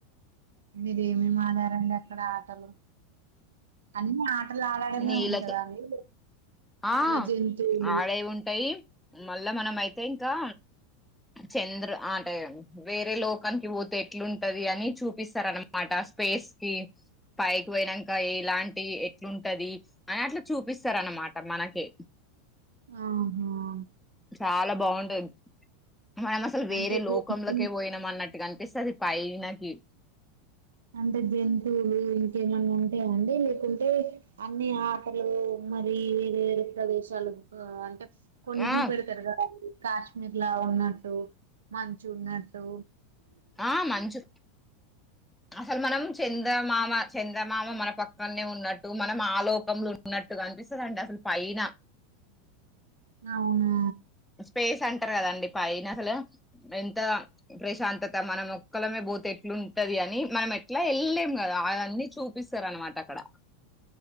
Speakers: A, on the right; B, in the centre.
A: మీరు ఏమేమి ఆడారండి అక్కడ ఆటలు అన్నిఆ అండ్ల ఆడడనే
B: నీళ్ళతో
A: ఉంటదా అండి
B: ఆ
A: ఏమన్నా జంతువులు
B: ఆడేఉంటాయి మళ్ళా మనం అయితే ఇంకా చంద్రు ఆంటే వేరే లోకానికి పోతే ఎట్లుంటది అని చూపిస్తారనమాట స్పేస్ కి పైకి పోయినాక ఎలాంటి ఎట్లుంటది అని అట్లా చూపిస్తారు అన్నమాట ట మనకి
A: ఆహా
B: చాలా బాగుంటది మన అసలు వేరే
A: అంటే
B: లోకంలోకే పోయినాం అన్నట్టు కనిపిస్తది పైనకి
A: అంటే జంతువులు ఇంకేమన్నా ఉంటాయా అండి లేకుంటే అన్ని ఆటలు మరి వేరు వేరు ప్రదేశాలు అంటే కొన్ని
B: ఆ
A: చూపెడతారు కదా అండి కాశ్మీర్ లా ఉన్నట్టు మంచు ఉన్నట్టు
B: ఆ మంచు అసలు మనం చంద్రమామ చంద్రమామ మన పక్కనే ఉన్నట్టు మనం ఆలోకంలో ఉన్నట్టుగనిపిస్తందండి అసలు పైనా
A: అవునా
B: స్పేస్ అంటర్ కదండి పైనసలు ఎంత ప్రశాంతత మనమొక్కలమే పోతే ఎట్లుంటది అని అని మనం ఎట్లా వెళ్ళలేం కదా అవన్ని చూపిస్తారనమాట అక్కడ